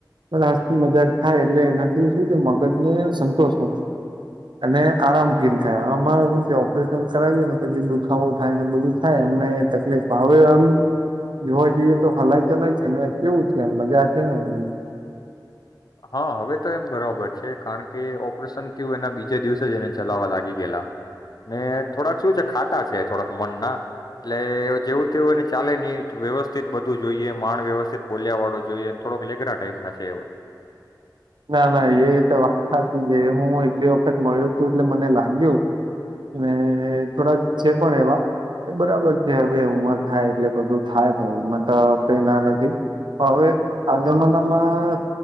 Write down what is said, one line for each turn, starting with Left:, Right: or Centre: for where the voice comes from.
Right: લની મજાક થાય એટલે એનાથી શું છે મગજને સંતોષ મળે અને આરામ ફીલ થાય આમાં શુ છે ઓપરેશન કરાવીએ ને પછી દુખાવો થાય ને બધું થાય એમને તકલીફ. હવે આમ જોવા જઈએ તો હલાય ચલાય છે ને કેવું છે એમ મજા છે ને એ.
Left: હા હવે તો એમ બરાબર છે કારણ કે ઓપરેશન થયું એના બીજા દિવસે જ એને ચલાવવા લાગી ગયેલા ને થોડાક શું છે ખાતા છે થોડાક મનના એટલે જેવું તેવું એને ચાલે નહીં વ્યવસ્થિત બધું જોઈએ માણ વ્યવસ્થિત બોલ્યા વાળો જોઈએ થોડક લેગરા ટાઈપના છે એ.
Right: ના ના એ તો વાત સાચી છે હું એટલી વખત મળ્યો છું એટલે મને લાગ્યું ને થોડાક છે પણ એવા બરાબર છે હવે ઉમર થાય એટલે બધું થાય ભાઈ એમાં તો કઈ ના નથી હવે આ જમાનામાં